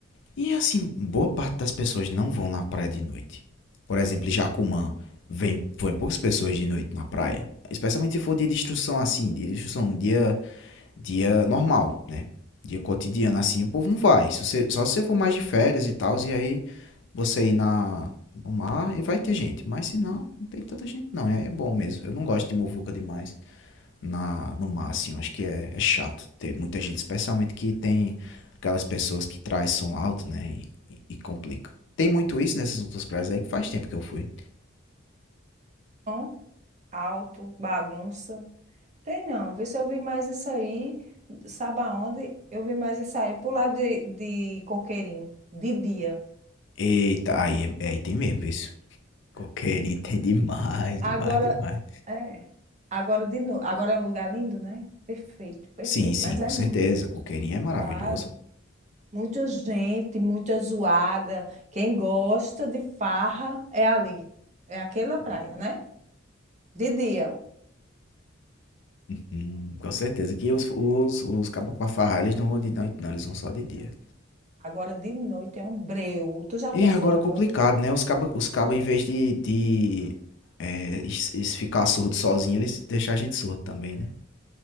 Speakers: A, on the left; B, on the right.
A: e assim, boa parte das pessoas não vão na praia de noite. Por exemplo, em Jacumã, vem, vem poucas pessoas de noite na praia, especialmente se for de destruição assim, de destruição no dia dia normal, né? Dia cotidiano assim, o povo não vai. Se você- só se você for mais de férias e tal, e aí você ir na, no mar e vai ter gente. Mas se não, não tem tanta gente, não. É, é bom mesmo. Eu não gosto de muvuca demais na, no mar, assim. Eu acho que é, é chato ter muita gente, especialmente que tem aquelas pessoas que traz som alto, né? E, e- e complica. Tem muito isso nessas outras praias aí que faz tempo que eu fui.
B: Som alto, bagunça. Tem não, vê se eu vi mais isso aí, sabe aonde? Eu vi mais isso aí, pro lado de, de Coqueirinho, de dia.
A: Eita, aí, é- é aí tem mesmo isso. Coqueirinho tem demais,
B: Agora,
A: demais, demais.
B: é, agora de novo, agora é um lugar lindo, né? Perfeito, perfeito,
A: Sim, sim,
B: mas
A: com
B: é
A: certeza.
B: muito
A: Coqueirinho é maravilhoso.
B: lado, muita gente, muita zoada, quem gosta de farra é ali, é aquela
A: né?
B: praia, né? De dia,
A: Hum, com certeza que os, os, os cabas pra farrar, eles não vão de noite, não, eles vão só de dia.
B: agora de noite é um breu, tu já
A: E
B: fosse
A: agora
B: lá
A: é complicado,
B: de noite?
A: né? Os cabas, os caba, em vez de, de é, es- es- ficar surdo sozinho, eles deixam a gente surdo também, né?